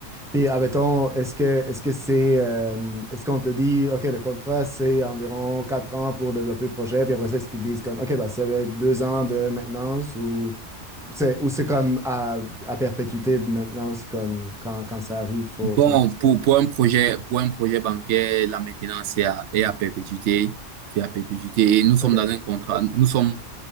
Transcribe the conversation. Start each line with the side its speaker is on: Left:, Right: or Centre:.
Centre: Puis, admettons, est-ce que est-ce que c'est euh, est-ce qu'on te dit OK, le contrat, c'est environ quatre ans pour développer le projet, puis après ça, est-ce qu'ils disent comme OK, bah ça va être deux ans de maintenance ou c'est ou c'est comme à, à perpétuité de maintenance comme quand, quand ça arrive, faut,
Right: Bon,
Centre: faut le faire.
Right: pour, pour un projet, pour un projet bancaire, la maintenance est à, est à perpétuité. C'est à perpétuité. Et nous sommes
Centre: OK.
Right: dans un contrat. Nous sommes,